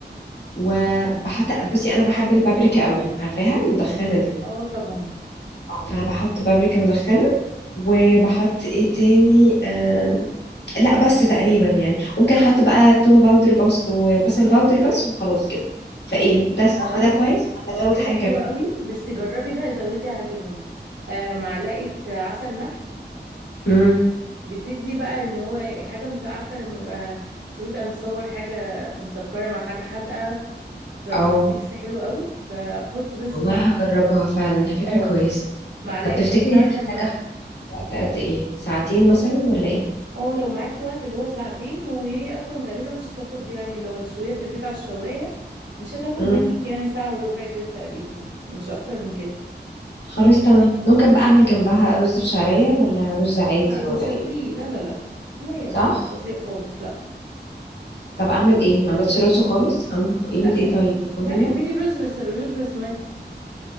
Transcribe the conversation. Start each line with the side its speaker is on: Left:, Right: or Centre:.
Left: وبحط بصي انا بحب البابريكا قوي عارفاها المدخنه دي
Right: اه طبعا
Left: اه فانا بحط بابريكا مدخنه وبحط ايه تاني آم، لا بس تقريبا يعني ممكن احط بقى توم باودر بوس- وبصل باودر بس وخلاص كده فايه
Right: ماشي
Left: ده صح
Right: هقول
Left: ده
Right: لك
Left: كويس ولا
Right: اه
Left: ازود
Right: كده
Left: حاجه
Right: حلوه قوي بس جربي بقى زودي عليهم آه معلقه عسل نحل
Left: كمان
Right: بتدي بقى ان هو حاجه مس- عارفه لما يبقى سويت اند صور حاجه مسكره مع حاجه حادقه فبيكس
Left: اه
Right: حلو قوي فحطي بس
Left: والله
Right: مع
Left: هجربها فعلا هي فكرة
Right: اه
Left: كويسة
Right: معلقه
Left: طب تفتكري
Right: بس عسل
Left: هحتاج
Right: نحل
Left: احط وقت قد ايه ساعتين مثلا ولا ايه
Right: اه لو معاكي وقت اللي هو ساعتين وهي اصلا غالبا مش هتاخد يعني لو هتشويها في البيت على الشوايه مش هتاخد
Left: امم
Right: منك يعني ساعه وربع كده تقريبا مش اكتر من كده
Left: خلاص تمام ممكن بقى اعمل جنبها رز بشعرية ولا رز عادي
Right: لا
Left: ولا
Right: مش هتلاقيه
Left: ايه
Right: لا لا لا لا يا
Left: صح
Right: اسماء مش هتلاقيه خالص لا
Left: طب اعمل ايه ما عملتش رز خالص اعمل مك-
Right: لا
Left: ايه من ايه طيب مكرونة
Right: لا اعملي رز بس رز بسمتي